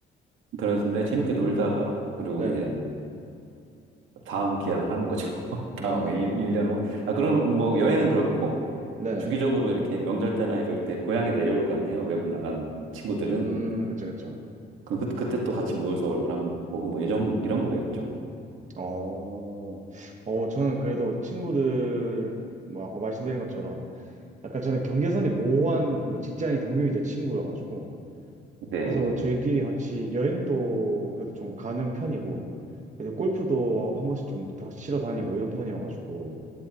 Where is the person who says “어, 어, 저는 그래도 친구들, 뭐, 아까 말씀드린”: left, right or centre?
Right